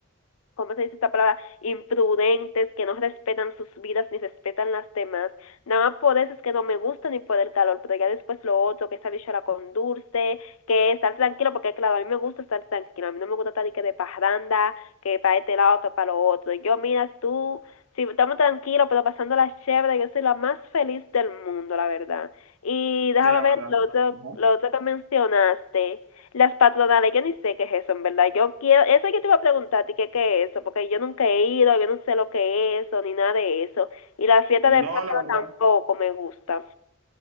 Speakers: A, on the left; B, on the right.
A: ¿cómo se dice esta palabra? Imprudentes, que no respetan sus vidas ni respetan las demás. Nada más por eso es que no me gusta ni por el calor, pero ya después lo otro, que esa bichola con dulce, que estar tranquilo, porque claro, a mí me gusta estar tranquilo, a mí no me gusta estar ni que de parranda, que para este lado, que para lo otro. Yo, mira, tú, si estamos tranquilos, pero pasando la chévere, yo soy la más feliz del mundo, la verdad. Y déjame
B: Sí, la
A: ver
B: verdad.
A: lo otro,
B: Ujú.
A: lo otro que mencionaste. Las patronales, yo ni sé qué es eso, en verdad. Yo quiero, eso yo te iba a preguntar a ti qué, qué es eso, porque yo nunca he ido, yo no sé lo que es eso, ni nada de eso. Y la fiesta
B: No,
A: de Pedro
B: la verdad.
A: tampoco me gusta.